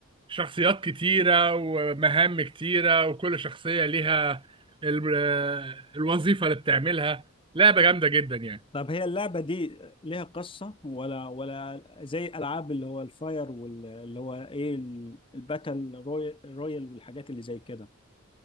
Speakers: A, on the right; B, on the left.
A: شخصيات كتيره ومهام كتيره وكل شخصيه ليها ال- آه، الوظيفه اللي بتعملها لعبه جامده جدا يعني
B: طب هي اللعبة دي ليها قصة ولا ولا زي العاب اللي هو الفاير واللي هو ايه ال- الباتل روي- رويال والحاجات اللي زي كده